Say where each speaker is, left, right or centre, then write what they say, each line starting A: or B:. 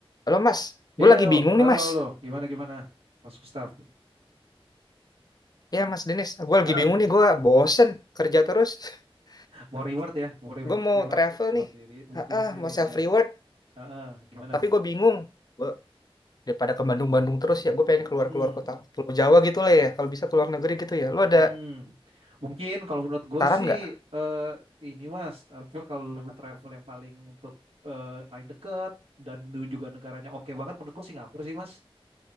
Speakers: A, on the left; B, on the right.
A: Halo Mas,
B: Yo,
A: gue lagi bingung
B: halo,
A: nih Mas.
B: halo. Gimana, gimana? Mas Gustaf.
A: Ya Mas Denis, gue lagi
B: Ah,
A: bingung nih, gue bosen kerja terus. <laughs>
B: mau reward ya, mau reward,
A: Gue mau
B: reward
A: travel
B: buat
A: nih,
B: diri, buat
A: ah,
B: diri
A: ah,
B: sendiri
A: mau self
B: ya.
A: reward,
B: Ah, ah, gimana?
A: tapi gue bingung. Gua daripada ke Bandung-Bandung terus ya, gue pengen keluar-keluar
B: Mm-mm.
A: kota Pulau Jawa gitu lah ya. Kalau bisa keluar negeri gitu ya. Lu ada
B: Mm. Mungkin kalau menurut gue
A: saran
B: sih
A: nggak?
B: eh ini Mas, apa kalau lu travel yang paling untuk eh, paling deket dan lu juga negaranya oke banget menurut gue Singapura sih Mas.